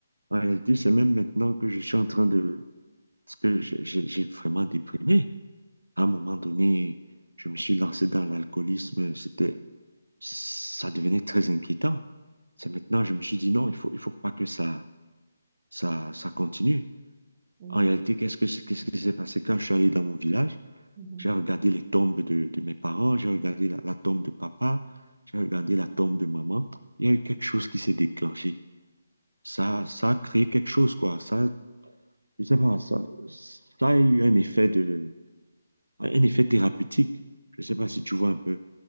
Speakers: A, on the right; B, on the right.
A: En réalité, c'est même maintenant que je suis en train de... Parce que j'ai j'ai- j'ai vraiment déprimé. À un moment donné, je me suis lancé dans l'alcoolisme. C'était... Ça devenait très inquiétant. C'est maintenant, je me suis dit non, il faut, il faut pas que ça, ça, ça continue.
B: oui,
A: En réalité, qu'est-ce que c'est- qu'est-ce qui s'est passé quand je suis allé dans mon village?
B: mhm,
A: J'ai regardé les tombes de, de mes parents, j'ai regardé la, la tombe de papa, j'ai regardé la tombe de maman. Il y a eu quelque chose qui s'est déclenché. Ça, ça a créé quelque chose, quoi. Ça, je sais pas, ça, ça a eu un effet de, un effet thérapeutique. Je sais
B: mhm,
A: pas si tu vois un peu.